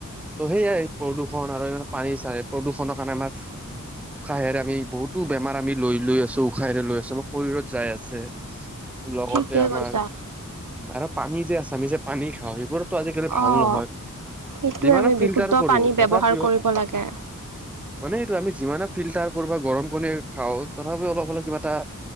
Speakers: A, in the centre; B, on the right.
A: ত' সেয়াই প্ৰদূষণ আৰু পানী চাৰে প্ৰদূষণৰ কাৰণে আমাৰ উৎসাহেৰে আমি বহুতো বেমাৰ আমি লৈ লৈ আছো উসাই লৈ আছো, আমাৰ শৰীৰত যাই আছে লগতে
B: ঠিকে
A: আমাৰ-
B: কৈছা।
A: আৰু পানী যে আছে, আমি যে পানী খাওঁ সেইবোৰ- আজিকালি ভাল
B: অঁ
A: নহয়,
B: সেইটোৱে
A: যিমানে
B: আমি
A: ফিল্টাৰ
B: বিশুদ্ধ
A: কৰো
B: পানী ব্যৱহাৰ
A: তথাপিও।
B: কৰিব লাগে।
A: মানে এইটো আমি যিমানে ফিল্টাৰ কৰো বা গৰম পানী খাওঁ তথাপিও অলপ অলপ কিবা এটা-